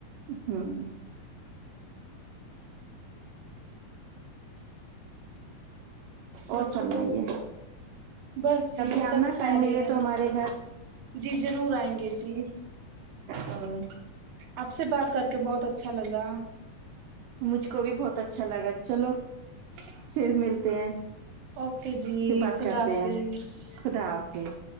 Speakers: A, on the right (about 80°); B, on the right (about 70°).
A: ہوں
B: بچوں
A: اور فرمائیے
B: کو بس جی
A: کبھی
B: سب
A: آنا
B: کھیریت
A: ٹائم ملے تو ہمارے
B: جی ضرور آئیں گے جی
A: ہاں
B: آپ سے بات کر کے بہت اچھا لگا
A: مجھ کو بھی بہت اچھا لگا چلو پھر ملتے ہیں
B: اوکے جی
A: پھر بات
B: خدا
A: کرتے
B: حافظ
A: ہیں خدا حافظ